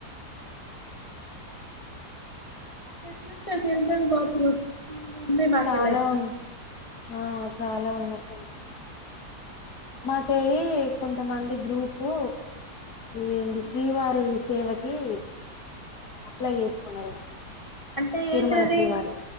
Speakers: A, on the left; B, on the left.
A: ఎట్లుందే ఫేర్వెల్ మాత్రం ఫుల్ ఉన్నాయి మాకెళ్ళైతే
B: చాలా వుం ఆ చాలా ఉన్నాయ్ మాక్ దీ కొంతమంది గ్రూపు ఇదెంది శ్రీవారి సేవకి, అప్లై చేసుకున్నారు.
A: అంటే
B: తిరుమల
A: ఏంటది?
B: శ్రీవారి